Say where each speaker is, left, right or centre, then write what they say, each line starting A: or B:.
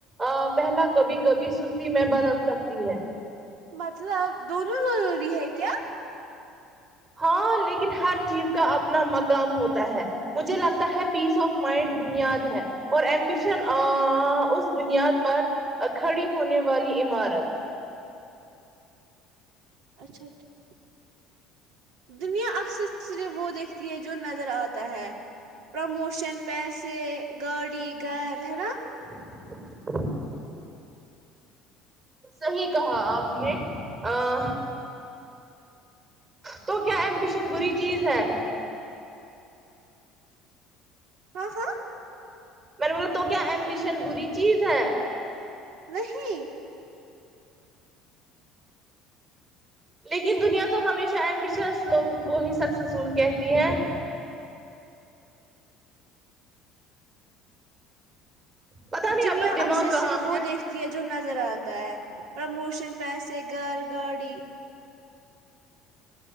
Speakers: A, on the right; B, on the right.
A: ا پہلا کبھی کبھی سستی میں بدل سکتی ہے
B: مطلب دونوں ضروری ہے کیا
A: ہاں لیکن ہر چیز کا اپنا مقام ہوتا ہے مجھے لگتا ہے پیس آف مائنڈ بنیاد ہے اور ایمبیشن آ آں اس بنیاد پر کھڑی ہونے والی عمارت
B: اچھا ٹھیک دنیا اکثر صرف وہ دیکھتی ہے جو نظر آتا ہے پرموشن پیسے گاڑی گھر ہے نا
A: <inaudible> صحیح کہا آپ نے آآ تو کیا ایمبیشن بری چیز ہے
B: ہاں ہاں
A: میں نے بولا تو کیا امبیشن بری چیز ہے
B: نہیں
A: لیکن دنیا تو ہمیشہ ایمبشس لوگوں کو ہی سکسیسفل کہتی ہے پتا نہیں
B: دنیا
A: آپ کا دماغ
B: اکثر
A: کہاں
B: صرف وہ
A: ہے
B: دیکھ تی یہ جو نظر آتا ہے پرموشن پیسے گھر گاڑی